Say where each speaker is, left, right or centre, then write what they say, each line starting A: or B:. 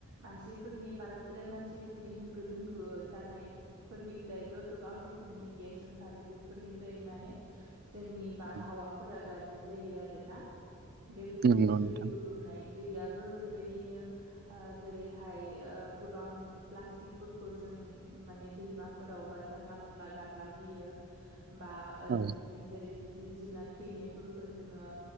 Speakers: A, on the right (about 80°); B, on the right (about 45°).
A: मानसिफोरनि बाराद्राय मानसिफोरनि होंगो दोंगो जानायफोरनि निफ्रायबो गोबां रोखोमनि गेस ओंखारो बेफोरनिफ्राय माने जोंनि बारहावाफोरा
B: उम,
A: गाज्रि जायो आरोना बेबायदिनो
B: नंगौ
A: दै
B: नोंथां
A: गोबुंनाय दैयाबो बेबायदिनो ओ जेरैहाय ओ गोबां प्लास्टिकफोरखौ जों माने दैमाफोरावबा जानला-मोनला गारला बायो बा
B: औ
A: जोंनि जेरै जिब-जुनार थैनायफोरखौ जोङो